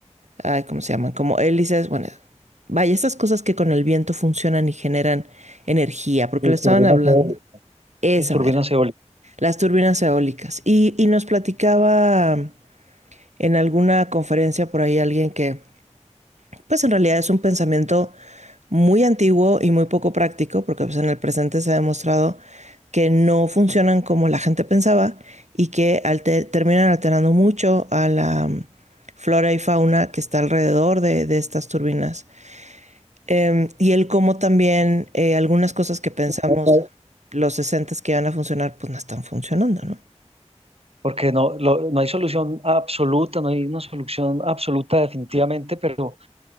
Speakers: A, on the right; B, on the right.
A: ay, ¿cómo se llaman? Como hélices, bueno, vaya, estas cosas que con el viento funcionan y generan energía, porque
B: Sí,
A: lo estaban
B: turbinas
A: hablando.
B: eólicas.
A: Esa
B: Esas turbinas
A: mera.
B: eólicas.
A: Las turbinas eólicas. Y, y nos platicaba en alguna conferencia por ahí alguien que pues en realidad es un pensamiento muy antiguo y muy poco práctico, porque pues en el presente se ha demostrado que no funcionan como la gente pensaba y que alte- terminan alterando mucho a la mm, flora y fauna que está alrededor de, de estas turbinas. Em, y el cómo también eh, algunas cosas que pensamos
B: ¿no?
A: los 60 que iban a funcionar, pues no están funcionando, ¿no?
B: porque no, lo- no hay solución absoluta, no hay una solución absoluta definitivamente, pero,